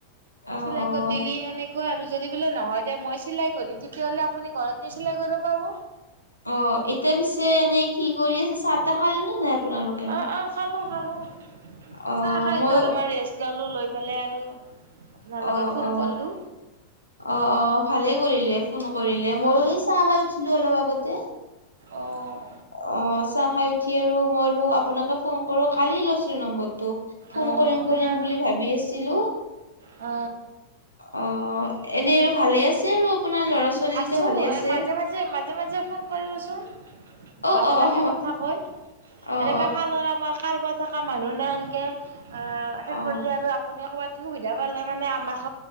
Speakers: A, on the left; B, on the right.
A: অ',
B: চিলাই
A: অ',
B: কৰি দিলি তেনেকৈ আৰু যদি বোলে নহয় দে মই চিলাই কৰিম তেতি হলে আপুনি ঘৰত নিচিলা কৰিলেও পাব।
A: অ এতিয়া পিছে এনেই কি কৰি আছে চাহ তাহ খালে নে নাই? আপোনালোকে?
B: অ অ খালো খালো
A: অ',
B: চাহ খাইতো
A: মই
B: অলপমান ৰেষ্ট ললো লৈ পেলাই আৰু আপোনাৰ লগত
A: অ
B: ফোন
A: অ
B: কৰিলো
A: অ অ ভালেই কৰিলে ফোন কৰিলে মইো
B: অ',
A: এই চাহ খাই উঠিলো অলপ আগতে
B: অ',
A: অ চাহ খাই উঠি আৰু মইলো আপোনাকে ফোন কৰো কালি লৈ নম্বৰটো ফোন
B: অ',
A: কৰিম
B: আমি
A: কৰিম
B: আৰু
A: বুলি ভাবি আছিলো।
B: অ।
A: অ এনেই আৰু ভালে আছে আৰু। আপোনাৰ ল'ৰা ছোৱালী কেইটা
B: আছো
A: ভালে আছে?
B: এই মাজে মাজে মাজ মাজে ফোন কৰিব চোন
A: অ'
B: ভাল
A: অ'
B: লাগে
A: অ'
B: কথা কৈ
A: অ' অ'
B: এনেকে শালৰ আমাৰ কাৰবাৰ থকা মানুহ নাই কে শেষ
A: অ'
B: কৰিলে আৰু আপুনি অকমান সুবিধা পালে মানে আমাক ক